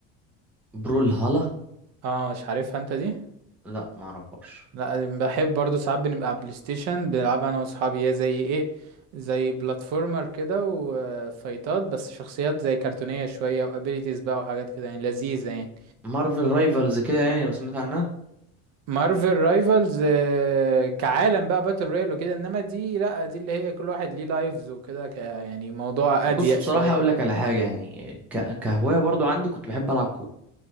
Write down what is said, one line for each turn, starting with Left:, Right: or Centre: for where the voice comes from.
Centre: برول هالا
Right: اه مش عارفها انت دي
Centre: لا ما اعرفهاش
Right: لا بحب برضو ساعات بنبقى على بلاي ستيشن بنلعبها انا واصحابي هي زي ايه زي بلاتفورمر كده وفايتات بس شخصيات زي كرتونيه شويه وابيليتيز بقى وحاجات كده يعني لذيذه يعني
Centre: مارفل رايفلز كده يعني لو سمعت عنها
Right: مارفل رايفلز آه، كعالم بقى باتل رويال وكده انما دي لا دي اللي هي كل واحد ليه لايفز وكده ك يعني موضوع اضيق
Centre: بص بصراحه
Right: شويه
Centre: اقول لك على حاجه يعني ك... كهوايه برضو عندي كنت بحب العب كود